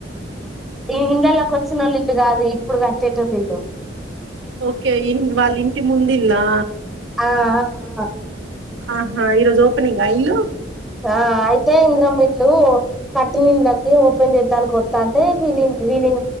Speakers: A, in the centre; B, on the right.
A: ఈ ఇండ్లలోకి వచ్చినోళ్ళ ఇల్లు కాదు ఇప్పుడు కట్టేటోల్ల ఇల్లు
B: ఓకే ఇన్ వాళ్ళ ఇంటి ముందిల్లా
A: ఆ ఆ ఆ
B: ఆహా ఈరోజు ఓపెనింగా ఇల్లు
A: ఆ అయితే ఇంద్రంమిల్లు కట్టి నిళ్ళకి ఓపెన్ చేద్దానికి కొత్తాంటే వీ వీళ